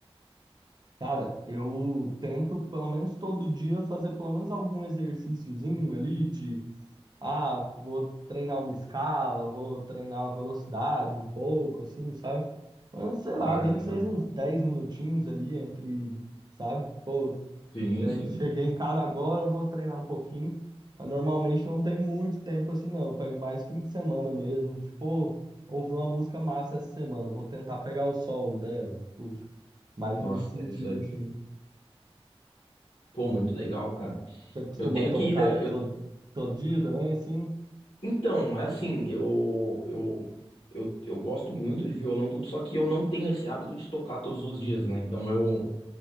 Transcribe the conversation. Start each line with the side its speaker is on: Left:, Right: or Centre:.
Right: cara, eu tento pelo menos todo dia fazer pelo menos algum exercíciozinho ali de Ah, vou treinar uma escala, vou treinar a velocidade um pouco, assim, sabe? Mas sei
Left: Cara,
Right: lá, nem
Left: legal.
Right: que seja uns 10 minutinhos ali entre, sabe? Pô,
Left: Sim,
Right: eu
Left: sim.
Right: cheguei em casa agora, eu vou treinar um pouquinho, mas normalmente não tem muito tempo assim, não. Eu pego mais fim de semana mesmo, tipo, pô, ouvi uma música massa essa semana, eu vou tentar pegar o solo dela, tipo, mais
Left: Nossa,
Right: nesse
Left: interessante.
Right: sentido, assim.
Left: Pô, muito legal, cara.
Right: Você costuma
Left: Eu tenho
Right: tocar
Left: que ir da... eu...
Right: todo, todo dia também, assim?
Left: Então, é assim, eu, eu eu eu gosto muito de violão tudo, só que eu não tenho esse hábito de tocar todos os dias, né? Então eu